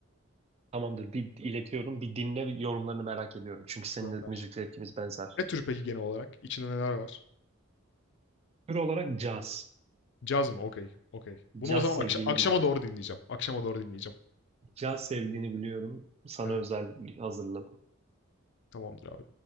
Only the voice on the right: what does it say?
Tamamdır bir iletiyorum. Bir dinle yorumlarını merak ediyorum. Çünkü seninle
müzik zevkimiz benzer.
Tür olarak caz.
Caz
sevdiğini
biliyorum.
Caz sevdiğini biliyorum. Sana
özel hazırladım.